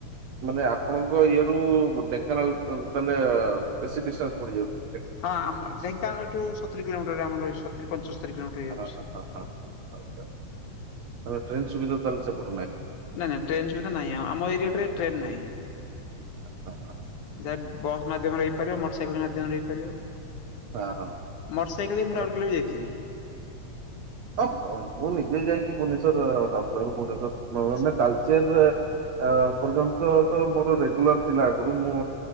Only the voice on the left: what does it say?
ହଁ ଆମ ଢେଙ୍କାନଳଠୁ ସତୁରି କିଲୋମିଟର ଆମର ସତୁରି ପଞ୍ଚ ତୁରୀ କିଲୋମିଟର ହେଇଯାଉଛି।
ନା ନା ଟ୍ରେନ ସୁବିଧା ନାହିଁ ଆମ ଏରିଆଟାରେ ଟ୍ରେନ ନାହିଁ।
ଯାହା ବସ୍ ମାଧ୍ୟମରେ ହେଇପାରିବ ମୋଟର ସାଇକେଲ ମାଧ୍ୟମରେ ହେଇପାରିବ।
ମଟ ସାଇକେଲେ ବି
ମୁଁ ରାଉଲକେଲା ଯାଇଥିଲି।
ଆଛା